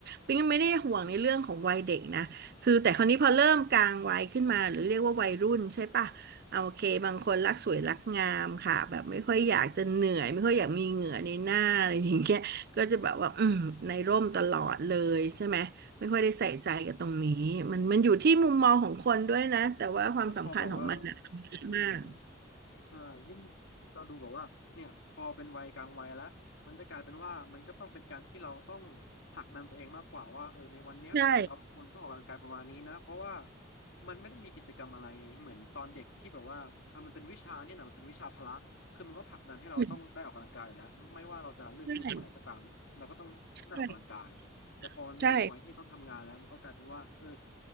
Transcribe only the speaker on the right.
ปิ๊งไม่ได้ห่วงในเรื่องของวัยเด็กนะ คือแต่คราวนี้พอเริ่มกลางวัยขึ้นมาหรือเรียกว่าวัยรุ่นใช่ปะเอาโอเคบางคนรักสวยรักงามค่ะแบบไม่ค่อยอยากจะเหนื่อยไม่ค่อยอยากมีเหงื่อในหน้าอะไรอย่างเงี้ยก็จะแบบว่าอืมในร่มตลอดเลยใช่ไหมไม่ค่อยได้ใส่ใจกับตรงนี้มันมันอยู่ที่มุมมองของคนด้วยนะแต่ว่าความสำคัญของมันน่ะ
มาก
ใช่
ใช่ใช่ใช่